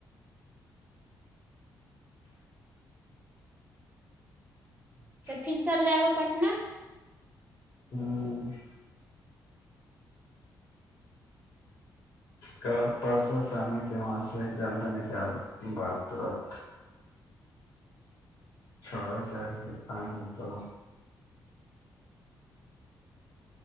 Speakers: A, on the left; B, on the right.
A: ہ
B: ت پھر چل جائے گا پٹنہ
A: ہاں کل پرسوں سامنے کے وہاں سے ایگزام دینے کے بد باتات چھ چار تو